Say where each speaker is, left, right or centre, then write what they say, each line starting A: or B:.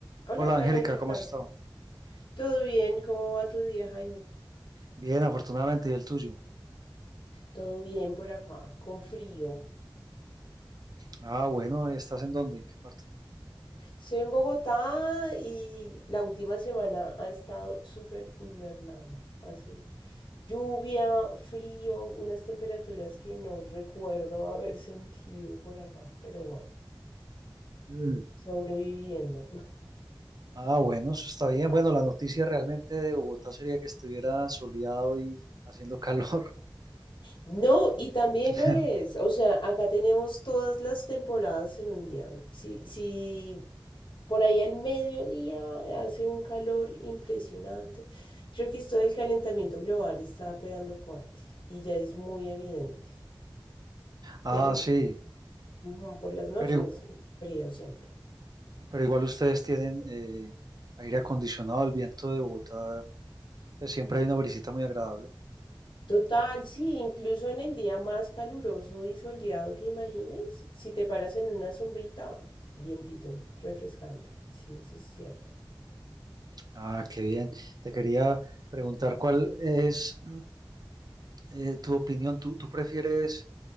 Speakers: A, on the left; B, on the right.
A: Hola
B: Hola
A: Jaime,
B: Angélica,
A: ¿qué tal?
B: ¿cómo has estado?
A: ¿Todo bien? ¿Cómo va tu día, Jaime?
B: Bien, afortunadamente, ¿y el tuyo?
A: Todo bien por acá, con frío.
B: Ah, bueno, ¿estás en dónde? ¿En qué parte?
A: Estoy en Bogotá y la última semana ha estado súper invernal. Hace lluvia, frío, unas temperaturas que no recuerdo haber <laughs> sentido por acá, pero bueno,
B: Mm,
A: sobreviviendo.
B: Ah, bueno, eso está bien. Bueno, la noticia realmente de Bogotá sería que estuviera soleado y haciendo calor.
A: No, y también
B: <laughs>
A: lo es. O sea, acá tenemos todas las temporadas en un día. Si, si Por ahí al mediodía hace un calor impresionante. Creo que esto del calentamiento global está pegando fuerte y ya es muy evidente.
B: Ah,
A: Pero
B: sí,
A: ujú, por las noches,
B: pero, igu-
A: frío siempre.
B: pero igual ustedes tienen eh, aire acondicionado, el viento de Bogotá, pues, siempre hay una brisita muy agradable.
A: Total, sí, incluso en el día más caluroso y soleado que imagines, si te paras en una sombrita, vientito, refrescante. Sí, eso es cierto.
B: Ah, qué bien. Te quería preguntar cuál es mm, eh, tu opinión. ¿Tú, tú prefieres...